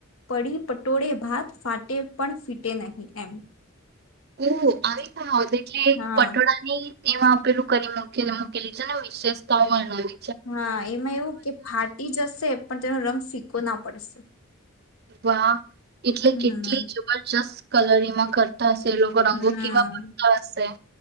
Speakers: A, on the left; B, on the right.
A: પડી પટોળે ભાત ફાટે પણ ફીટે નહીં એમ
B: ઓ આવી પણ આવત એટલે
A: હા
B: પટોળા ની એમાં આપેલું કરી મૂ મૂકેલી છે ને વિશેષતાઓ વર્ણાવવી
A: હા એમાં એવું કે ફાટી જશે પણ તેનો રંગ ફીકો ના પડશે
B: વાહ એટલે
A: હમ
B: કેટલી જબરજસ્ત કલર એમાં કર રગ
A: હમ
B: રંગો કેવા પડતા હશે